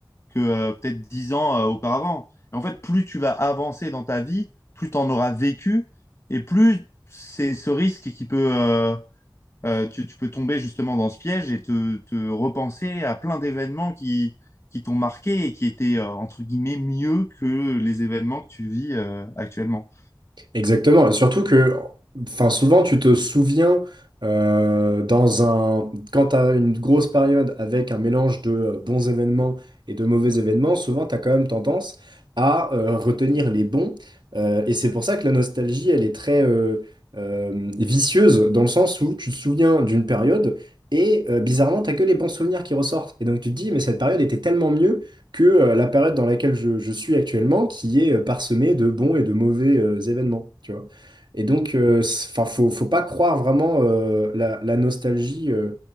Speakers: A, on the left (about 35°); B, on the right (about 65°).
A: que euh, peut-être dix ans euh, auparavant? Et en fait, plus tu vas avancer dans ta vie, plus tu en auras vécu et plus c'est ce risque qui peut... euh, euh, tu, tu peux tomber justement dans ce piège et te, te repenser à plein d'événements qui, qui t'ont marqué et qui étaient, euh, entre guillemets, mieux que les événements que tu vis euh, actuellement.
B: Exactement, et surtout que, enfin, souvent tu te souviens euh, dans un, quand tu as une grosse période avec un mélange de euh, bons événements et de mauvais événements, souvent tu as quand même tendance à euh, retenir les bons. Euh, et c'est pour ça que la nostalgie, elle est très euh, euh, vicieuse, dans le sens où tu te souviens d'une période et euh, bizarrement, tu que les bons souvenirs qui ressortent. Et donc tu te dis, mais cette période était tellement mieux que euh, la période dans laquelle je, je suis actuellement, qui est euh, parsemée de bons et de mauvais euh, événements, tu vois. Et donc, enfin, faut, faut pas croire vraiment euh, la, la nostalgie euh,